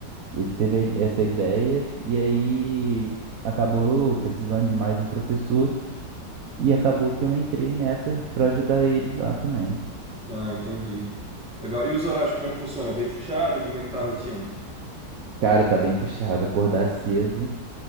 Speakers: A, on the right; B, in the centre.
A: ele teve a ide- essa ideia e aí acabou precisando de mais um professor e acabou que eu entrei nessa para ajudar ele lá também.
B: Ah, entendi. Legal. E os horários, como é que funciona? É Bem puxado? Como é que tá a rotina?
A: Cara, tá bem puxado. Acordar cedo,